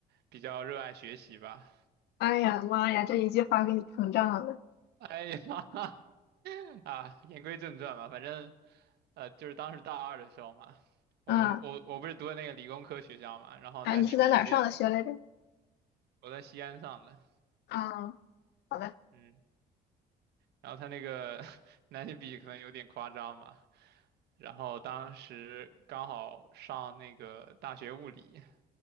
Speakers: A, on the right (about 75°); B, on the left (about 75°).
A: 比较热爱学习吧。
B: 哎呀妈呀，这一句话给你膨胀了。
A: <laughs> 哎呀，<laughs> 啊，言归正传吧，反正呃，就是当时大二的时候嘛，我们我我不是读的那个理工科学校嘛，
B: 嗯，
A: 然后男女比有点，
B: 哎，你是在哪儿上的学来着？
A: 我在西安上的，
B: 啊，好的。
A: 嗯，然后他那个 <laughs> 男女比可能有点夸张嘛，然后当时刚好上那个大学物理，